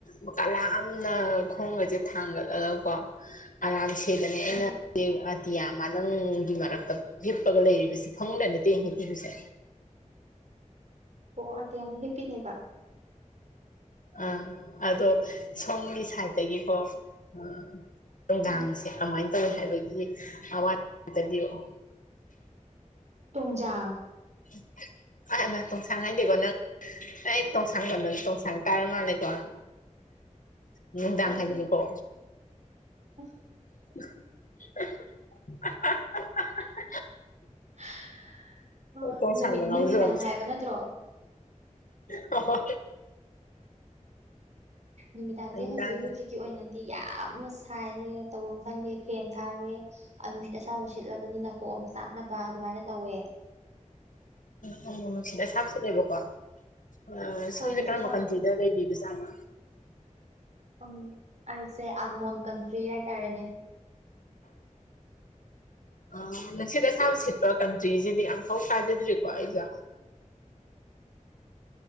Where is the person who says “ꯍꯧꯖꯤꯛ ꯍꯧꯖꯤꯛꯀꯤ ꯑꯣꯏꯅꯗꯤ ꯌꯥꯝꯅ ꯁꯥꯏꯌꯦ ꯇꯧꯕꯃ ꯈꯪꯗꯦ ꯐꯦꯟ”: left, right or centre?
Right